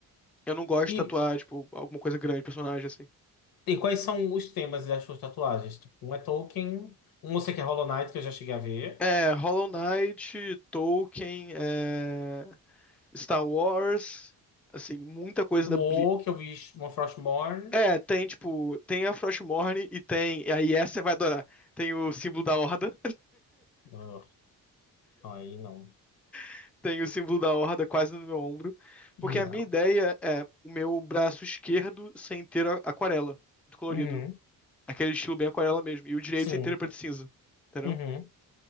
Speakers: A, in the centre; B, on the left.
A: Eu não gosto
B: E,
A: de tatuar, tipo, alguma coisa grande, personagem, assim.
B: e quais são os temas das suas tatuagens? Tipo, um é Tolkien, um eu sei que é Hollow Knight, que eu já cheguei a ver.
A: É, Hollow Knight, Tolkien, é, Star Wars, assim, muita coisa
B: O
A: da
B: O,
A: Bli-
B: que eu vi uma Frostmourne.
A: É, tem, tipo, tem a Frostmourne e tem. e Aí essa você vai adorar. Tem o símbolo da Horda,
B: Ugh, aí não.
A: <laughs> tem o símbolo da Horda quase no meu ombro. Porque
B: Não.
A: a minha ideia é o meu braço esquerdo sem ter a- aquarela, colorido.
B: Uhum,
A: Aquele estilo bem aquarela mesmo. E o direito
B: sim.
A: é inteiro preto e cinza. Entendeu?
B: Uhum.